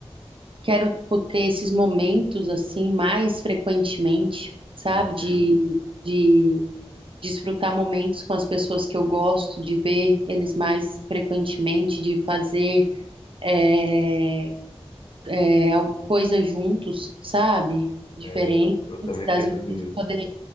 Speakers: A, on the right; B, on the left.
A: Quero po- ter esses momentos assim mais frequentemente, sabe?
B: Uhum.
A: De, de desfrutar momentos com as pessoas que eu gosto, de ver eles mais frequentemente, de fazer eh, é al- coisas juntos, sabe? Diferentes,
B: É, eu, eu também
A: às
B: percebo
A: vezes de
B: isso.
A: poder